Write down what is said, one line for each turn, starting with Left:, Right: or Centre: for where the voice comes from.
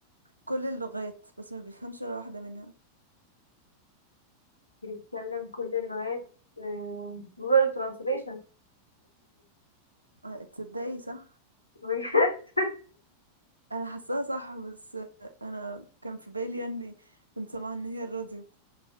Right: كل اللغات بس ما بيفهمش ولا واحدة منها
Left: بيتكلم كل اللغات آه، جوجل ترانسليشن
Right: آه، تصدقي صح
Left: <laughs>
Right: انا حاساها صح بس انا كان في بالي يعني كنت سامعه ان هي الراديو